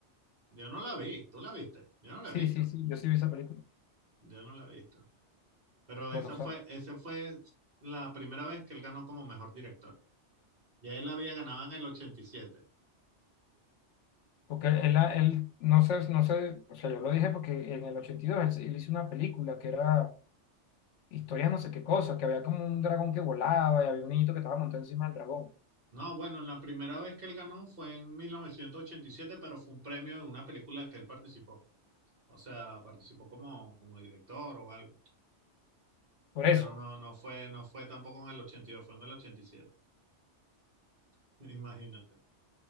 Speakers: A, on the right; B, on the left.
A: Yo no la vi, tú la viste, yo no la
B: Sí,
A: he visto,
B: sí, sí, yo sí vi esa película.
A: yo no la he visto. Pero
B: Pero
A: esa
B: no sé.
A: fue, esa fue la primera vez que él ganó como mejor director. Ya él había ganado en el ochenta y siete.
B: Porque él, la- él no sé, no sé, o sea, yo lo dije porque en el 82 él, se- él hizo una película que era historia no sé qué cosa, que había como un dragón que volaba y había un niñito que estaba montado encima del dragón.
A: No, bueno, la primera vez que él ganó fue en 1987, pero fue un premio en una película que él participó. O sea, participó como, como director o algo.
B: Por eso.
A: Pero no, no fue, no fue tampoco en el 82, fue en el 87. <laughs> Imagínate.